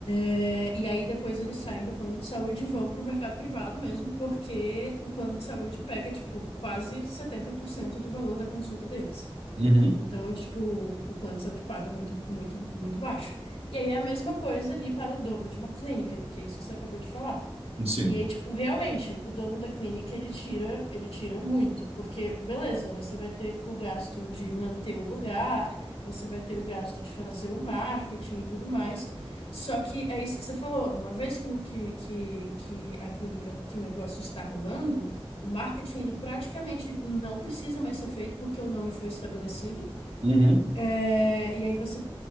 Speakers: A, on the left (about 90°); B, on the right (about 85°).
A: É, e aí depois eles saem do plano de saúde e vão para o mercado privado mesmo, porque o plano de saúde pega, tipo, quase 70% do valor da consulta deles.
B: Uhum.
A: Então, tipo, o plano de saúde paga muito, muito, muito baixo. E aí é a mesma coisa ali para o dono de uma clínica, que é isso que você acabou de falar.
B: Sim.
A: E aí, tipo, realmente, o dono da clínica, ele tira, ele tira muito, porque, beleza, você vai ter o gasto de manter o lugar, você vai ter o gasto de fazer o marketing e tudo mais. Só que é isso que você falou, uma vez que, o- que, que, que a clínica, que o negócio está rolando, o marketing, ele praticamente não precisa mais ser feito porque o nome foi estabelecido.
B: Uhum,
A: É, e aí você